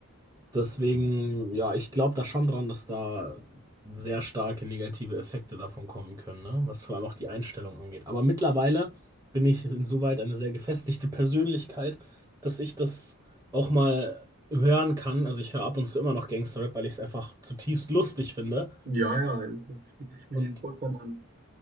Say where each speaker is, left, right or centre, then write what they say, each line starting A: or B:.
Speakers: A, on the right; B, on the right.
A: Deswegen, ja, ich glaube da schon dran, dass da sehr starke negative Effekte davon kommen können, ne? Was vor allem auch die Einstellung angeht. Aber mittlerweile bin ich insoweit eine sehr gefestigte Persönlichkeit, dass ich das auch mal hören kann. Also ich höre ab und zu immer noch Gangsterrap, weil ich es einfach zutiefst lustig finde.
B: Ja, ja, schließe ich mich
A: Und
B: vollkommen an.